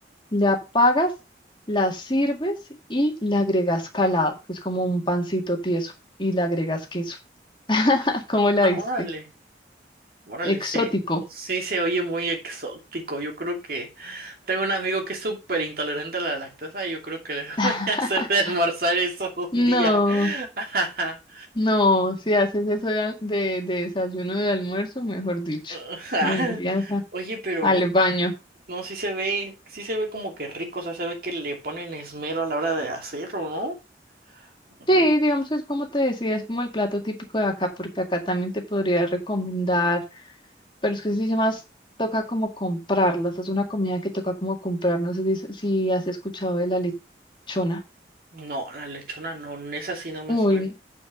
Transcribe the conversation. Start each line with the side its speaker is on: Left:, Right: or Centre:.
Left: le apagas, la sirves y le agregas calado, que es como un pancito tieso, y le agregas queso. <laughs> ¿Cómo la
Right: Ah,
Left: viste?
Right: órale, órale,
Left: Exótico.
Right: se, sí se oye muy exótico. Yo creo que tengo un amigo que es súper intolerante a la lactosa y yo creo que le <laughs>
Left: <laughs>
Right: voy a hacer de almorzar eso
Left: No,
Right: un día. <laughs>
Left: no, si haces eso de, al- de, de desayuno de almuerzo, mejor dicho,
Right: Ajá.
Left: lo envías a-
Right: Oye, pero
Left: al baño.
Right: No, sí se ve, sí se ve como que rico, o sea, se ve que le ponen esmero a la hora de hacerlo, ¿no?
Left: Sí,
Right: Muy-
Left: digamos, es como te decía, es como el plato típico de acá, porque acá también te podría recomendar. Pero es que sí se más toca como comprarlas. Es una comida que toca como comprar. No sé si, si has escuchado de la lechona.
Right: No, la lechona no, esa sí no me
Left: Uy,
Right: suena,